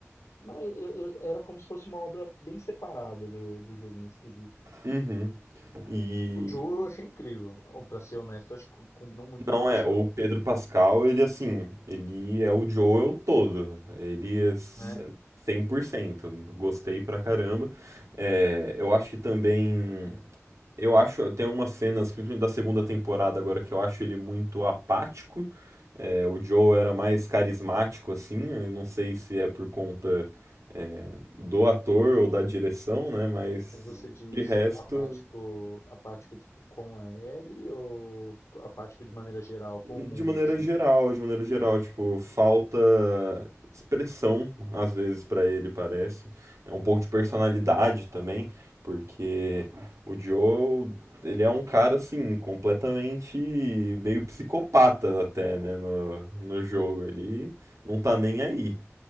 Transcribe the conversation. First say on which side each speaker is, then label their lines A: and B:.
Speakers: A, on the left; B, on the right.
A: Mas eu- eu- era como se fosse uma obra bem separada do, do jogo nesse quesito.
B: Uhum. E,
A: O Joe eu achei incrível. Ou, Pra ser honesto, eu acho que com- combinou muito
B: Não
A: com o Pascal,
B: é, o Pedro Pascal, ele assim, ele é o Joel todo. Ele é
A: né? Hum,
B: 100%. Gostei pra caramba. É, eu acho que também. Eu acho, tem algumas cenas, principalmente da segunda temporada agora, que eu acho ele muito apático. É, o Joel era mais carismático, assim. Eu não sei se é por conta, é, do ator ou da direção, né? Mas
A: Mas você eu- diz
B: de resto,
A: apático, apático tipo com a Ellie ou apático de maneira geral, com
B: de
A: o mundo,
B: maneira
A: assim?
B: geral, de maneira geral, tipo, falta expressão às vezes pra ele, parece. É um pouco de personalidade também, porque o Joe, ele é um cara assim, completamente meio psicopata até, né, no, no jogo. Ele não tá nem aí.